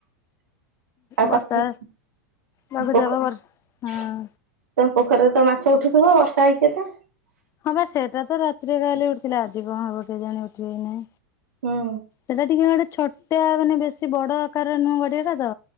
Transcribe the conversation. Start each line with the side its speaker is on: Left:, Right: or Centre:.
Right: ଆଉ ତମ
Left: ବର୍ଷା ଲଘୁଚାପ
Right: ବହୁତ
Left: ବର୍ଷା ହଁ
Right: ତମ ପୋଖରୀରେ ତ ମାଛ ଉଠୁଥିବ ବର୍ଷା ହେଇଛି ଏତେ।
Left: ହଁ ବା ସେଟା ତ ରାତିରେ କାଲି ଉଠିଥିଲା ଆଜି କଣ ହବ କେଜାଣି ଉଠିବେ କି ନାହିଁ।
Right: ହୁଁ।
Left: ସେଟା ଟିକେ ଗୋଟେ ଛୋଟିଆ ମାନେ ବେଶୀ ବଡ ଆକାର ନୁହଁ ଗଡିଆଟା ତ